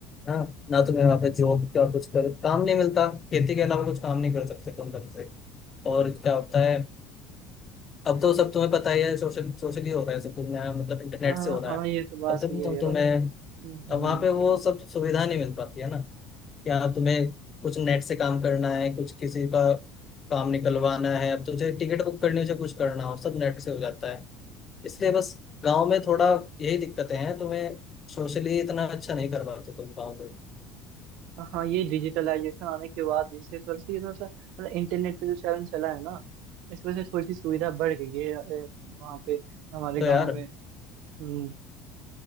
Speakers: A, on the left (about 30°); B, on the right (about 70°).
A: हाँ ना तुम्हें वहाँ पे जॉब का कुछ कर काम नहीं मिलता खेती के अलावा कुछ काम नहीं कर सकते तुम ढंग से और क्या होता है अब तो सब तुम्हें पता ही है सोशल सोशली हो रहा है सब कुछ नया मतलब इंटरनेट
B: हाँ
A: से हो रहा
B: हाँ,
A: है
B: ये तो बात
A: अब
B: सही
A: तुम
B: है
A: तो
B: यार
A: तुम्हें
B: हम्म हम्म।
A: अब वहाँ पे वो सब सुविधा नहीं मिल पाती है ना या तुम्हें कुछ नेट से काम करना है कुछ किसी का काम निकलवाना है अब तुझे टिकट बुक करनी हो चाहे कुछ करना हो सब नेट से हो जाता है इसलिए बस गांव में थोड़ा यही दिक्कतें हैं तुम्हें सोशली इतना अच्छा नहीं कर पाते तुम गाँव से
B: हाँ ये डिजिटलाइजेशन आने के बाद इससे थोड़ा सा ये थोड़ा सा मतलब इंटरनेट का जो चलन चला है ना इस वजह से थोड़ी सी सुविधा बढ़ गई है ए, वहाँ पे हमारे
A: तो
B: गांव
A: यार
B: में हम्म,